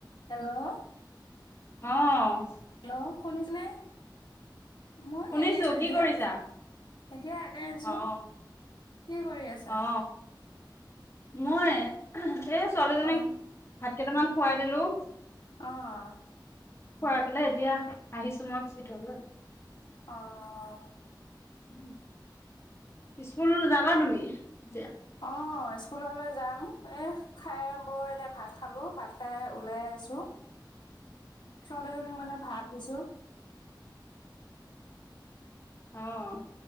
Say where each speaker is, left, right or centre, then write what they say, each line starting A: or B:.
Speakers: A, on the left; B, on the left.
A: হেল্ল'?
B: অহ?
A: হেল্ল', শুনিছ নে? মই
B: শুনিছো
A: এনে আছো
B: কি
A: এতিয়া।
B: কৰিছা
A: এতিয়া এনে আছো।
B: অ
A: কি কৰি আছা?
B: অ মই এ ছোৱালী জনীক
A: অ',
B: ভাত কেইটামান খোৱাই দিলো।
A: অহ।
B: খোৱ গলে এতিয়া আহিছো মই ভিতৰলৈ
A: অহ
B: উম স্কুল যাবা তুমি এতিয়া
A: অ', স্কুললৈ যাম এই খাই বৰ এনে ভাত খালোঁ ভাত খাই ওলাই আছোঁ । ছোৱালীজনীক মানে ভাত দিছো ।
B: অ